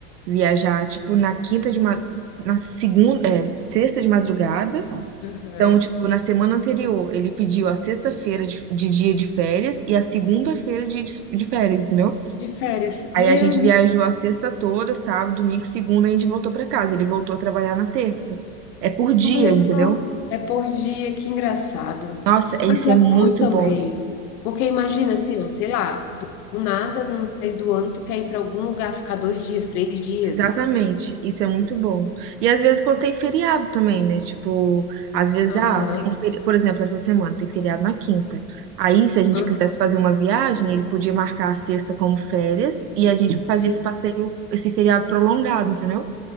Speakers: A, on the right (about 80°); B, on the left (about 70°).
A: viajar, tipo, na quinta de ma... na segunda, é, sexta de madrugada.
B: Uhum.
A: Então, tipo, na semana anterior, ele pediu a sexta-feira de, de dia de férias e a segunda-feira de, de férias, entendeu?
B: De férias.
A: Aí
B: Meu
A: a gente viajou a sexta toda, sábado, domingo, segunda, e a gente voltou pra casa. Ele voltou a trabalhar na terça. É por dia,
B: Olha
A: entendeu?
B: só, é por dia, que engraçado.
A: Nossa, é-
B: Mas
A: isso
B: é
A: é muito
B: bom também,
A: bom.
B: porque imagina assim, ó, sei lá, tu- do nada, no meio do ano, tu quer ir para algum lugar, ficar dois dias, três dias.
A: Exatamente, isso é muito bom. E às vezes quando tem feriado também, né? Tipo, às vezes,
B: Aham,
A: ah, tem um feriado, por exemplo, essa semana tem feriado na quinta. Aí, se a gente
B: aham,
A: quisesse fazer uma viagem, ele podia marcar a sexta como férias e a gente fazia
B: sim.
A: esse passeio, esse feriado prolongado, entendeu?